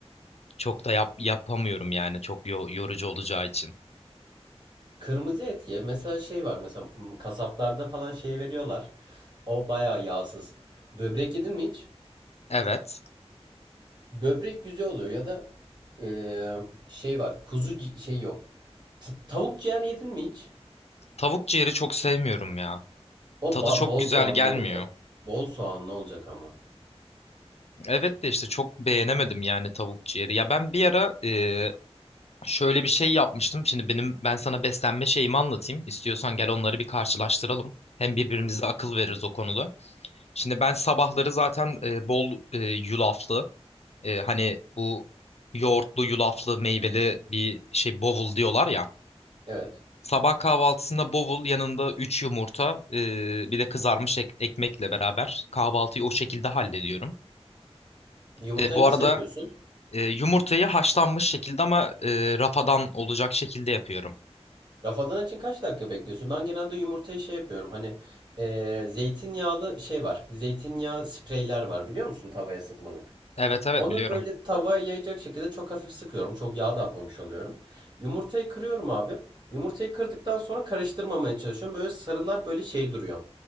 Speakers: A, on the left; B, on the right.
A: Çok da yap yapamıyorum yani çok yo- yorucu olacağı için.
B: Kırmızı et ye. Mesela şey var. Mesela hmm, kasaplarda falan şey veriyorlar. O bayağı yağsız. Böbrek yedin mi hiç?
A: Evet.
B: Böbrek güzel oluyor ya da eee, şey var. Kuzu ci- şey yok. T- tavuk ciğer yedin mi hiç?
A: Tavuk ciğeri çok sevmiyorum ya.
B: O
A: Tadı
B: ba-
A: çok
B: bol
A: güzel
B: soğanlı
A: gelmiyor.
B: olacak. Bol soğanlı olacak ama.
A: Evet de işte çok beğenemedim yani tavuk ciğeri. Ya ben bir ara e, şöyle bir şey yapmıştım. Şimdi benim ben sana beslenme şeyimi anlatayım. İstiyorsan gel onları bir karşılaştıralım. Hem birbirimize
B: Hı hı.
A: akıl veririz o konuda. Şimdi ben sabahları zaten e, bol e, yulaflı e, hani bu yoğurtlu yulaflı meyveli bir şey bovul diyorlar ya.
B: Evet.
A: Sabah kahvaltısında bovul yanında 3 yumurta e, bir de kızarmış ek- ekmekle beraber kahvaltıyı o şekilde hallediyorum.
B: Yumurtayı
A: E, bu
B: nasıl
A: arada
B: yapıyorsun?
A: E, yumurtayı haşlanmış şekilde ama e, rafadan olacak şekilde yapıyorum.
B: Rafadan için kaç dakika bekliyorsun? Ben genelde yumurtayı şey yapıyorum. Hani eee zeytinyağlı şey var. Zeytinyağı spreyler var biliyor musun? Tavaya sıkmalık.
A: Evet evet
B: Onu
A: biliyorum.
B: böyle tavaya yayacak şekilde çok hafif sıkıyorum. Çok yağ da atmamış oluyorum. Yumurtayı kırıyorum abi. Yumurtayı kırdıktan sonra karıştırmamaya çalışıyorum. Böyle sarılar böyle şey duruyor.